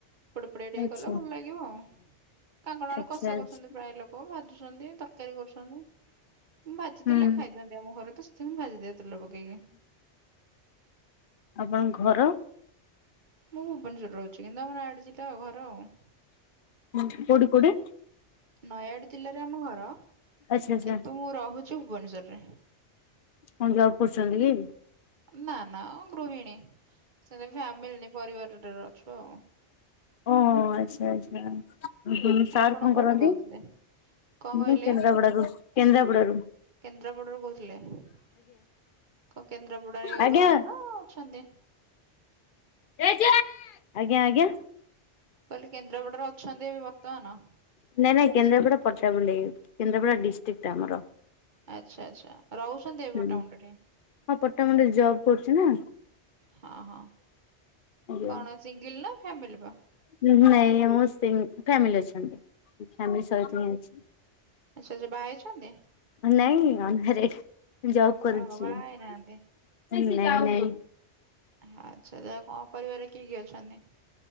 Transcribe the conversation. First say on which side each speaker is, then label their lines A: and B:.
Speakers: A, on the right; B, on the left.
A: ପୋଡ଼ ପୋଡ଼ିଆ ଟିକେ
B: ଆଚ୍ଛା।
A: କଲେ ଭଲ ଲାଗିବ ଆଉ। କାଙ୍କଣ ଆଳୁ
B: ଆଚ୍ଛା
A: କଷା
B: ଆଚ୍ଛା
A: କରୁଛନ୍ତି ପ୍ରାଏ ଲୋକ ଭାଜୁଛନ୍ତି ତରକାରୀ କରୁଛନ୍ତି। ଭାଜି
B: ହୁଁ
A: ଦେଲେ ଖାଇଦିଅନ୍ତି ଆମ ଘରେ ତ ସେଥିପାଇଁ ଭାଜିଦିଏ ତେଲ ପକେଇକି।
B: ଆପଣଙ୍କ ଘର?
A: ମୁଁ ଭୁବନେଶ୍ୱର ରହୁଛି କିନ୍ତୁ ଆମର ଆଡ଼ ଯିଟା ଆଉ ଘର ଆଉ।
B: ହୁଁ କୋଉଠି କୋଉଠି?
A: ନୟାଗଡ଼ ଜିଲ୍ଲାରେ ଆମ ଘର
B: ଆଚ୍ଛା ଆଚ୍ଛା
A: କିନ୍ତୁ ମୁଁ ରହୁଛି ଭୁବନେଶ୍ଵରରେ।
B: କଣ ଜବ କରୁଛନ୍ତି କି?
A: ନା ନା ଗୃହିଣୀ ସେଠି ଫ୍ୟାମିଲି ନେଇ ପରିବାରରେ ଅଛୁ ଆଉ।
B: ଓ ଆଚ୍ଛା ଆଚ୍ଛା। ମୁଁ କହିଲି ସାର୍
A: ଆପଣ
B: କଣ
A: କୋଉଠୁ
B: କରନ୍ତି?
A: କହୁଥିଲେ କଣ
B: ମୁଁ
A: କହିଲେ?
B: କେନ୍ଦ୍ରାପଡାରୁ କେନ୍ଦ୍ରାପଡାରୁୁ
A: କେନ୍ଦ୍ରାପଡାରୁ କହୁଥିଲେ, କଣ କେନ୍ଦ୍ରାପଡାରେ
B: ଆଜ୍ଞା।
A: ଘର ନା ଅଛନ୍ତି?
B: ଆଜ୍ଞା ଆଜ୍ଞା।
A: କହିଲି କେନ୍ଦ୍ରାପଡାରେ ଅଛନ୍ତି ଏବେ ବର୍ତ୍ତମାନ!
B: ନାଇଁ ନାଇଁ କେନ୍ଦାପଡା ପଟ୍ଟାମୁଣ୍ଡେଇ କେନ୍ଦ୍ରାପଡା ଡିଷ୍ଟ୍ରିକ୍ଟଟା ଆମର।
A: ଆଚ୍ଛା ଆଚ୍ଛା ରହୁଛନ୍ତି ଏବେ
B: ହୁଁ।
A: ପଟ୍ଟାମୁଣ୍ଡେଇ ଠେଇଁ?
B: ହଁ ପଟ୍ଟାମୁଣ୍ଡେଇରେ ଜବ୍ କରୁଛି ନା।
A: ହଁ ହଁ।
B: ଆଜ୍ଞା।
A: କଣ ସିଙ୍ଗିଲ ନା ଫ୍ୟାମିଲ ବା?
B: ମୁଁ ଏଇ ଆମ ଶିଙ୍ଗ, ଫାମିଲି ଅଛନ୍ତି ଫ୍ୟାମିଲି ସହିତ ହିଁ ଅଛି।
A: ଆଛା ଆଛା ବାହା ହେଇଛନ୍ତି?
B: ନାଇଁ ଅନମ୍ୟାରେଡ ଜବ କରୁଛି
A: ଓହୋ ବାହା
B: ଏଇନେ
A: ହେଇନାହାନ୍ତି
B: ନାଇଁ ନାଇଁ
A: ହଉ ଆଚ୍ଛା ଯେ କଣ ପରିବାରରେ କିଏ କିଏ ଅଛନ୍ତି?